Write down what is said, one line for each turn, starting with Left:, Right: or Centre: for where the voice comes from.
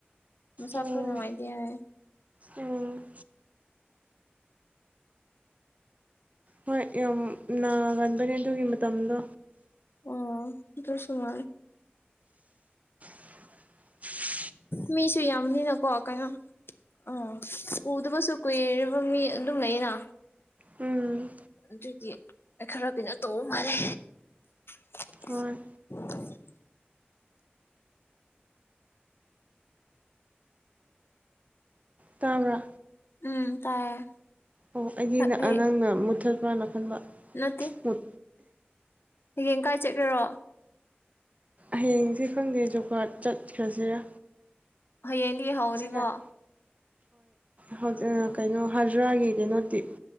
Left: ꯃꯅꯨꯡꯁꯥ
Right: ꯎꯝ
Left: ꯈꯔ ꯅꯨꯡꯉꯥꯏꯇꯦ ꯍꯥꯏ
Right: ꯎꯝ ꯍꯣꯏ ꯌꯥꯝ ꯅꯥꯒꯟꯕꯅꯦ ꯑꯗꯨꯒꯤ ꯃꯇꯝꯗꯣ
Left: ꯑꯣ ꯏꯇ ꯁꯃꯥꯏ
Right: <inaudible>
Left: ꯃꯤꯁꯨ ꯌꯥꯝꯅꯤ ꯅꯀꯣ ꯀꯥꯏꯩꯅꯣ ꯎꯝ ꯎꯗꯕꯁꯨ ꯀꯨꯏꯔꯤꯕ ꯃꯤ ꯑꯗꯨꯝ ꯂꯩꯅ
Right: ꯎꯝ
Left: ꯑꯗꯨꯗꯤ ꯈꯔ ꯀꯩꯅꯣ ꯇ ꯃꯥꯜꯂꯦ <unintelligible>
Right: ꯍꯣꯏ ꯇꯥꯕ꯭ꯔꯥ
Left: ꯎꯝ ꯇꯥꯏꯌꯦ
Right: ꯑꯣ ꯑꯩꯗꯤ
Left: ꯑꯩ
Right: ꯅ ꯅꯪꯅ ꯃꯨꯠꯊꯠꯄ꯭ꯔꯥꯅ ꯈꯟꯕ
Left: ꯅꯠꯇꯦ
Right: ꯃꯨꯠ
Left: ꯍꯌꯦꯡ ꯀꯥꯏ ꯆꯠꯈꯦꯔꯣ
Right: ꯍꯌꯦꯡꯁꯤ ꯈꯪꯗꯦ ꯖꯨꯒꯥꯥꯔꯠ ꯆꯠꯈ꯭ꯔꯁꯤꯔꯥ
Left: ꯍꯌꯦꯡꯗꯒꯤ ꯍꯧꯧꯅꯤꯀꯣ
Right: ꯍꯧꯖꯤꯛꯀꯥꯟ ꯍꯣꯏ
Left: ꯎꯝ
Right: ꯀꯩꯅꯣ ꯍꯖꯔꯥꯒꯤ ꯀꯩꯅꯣꯗꯤ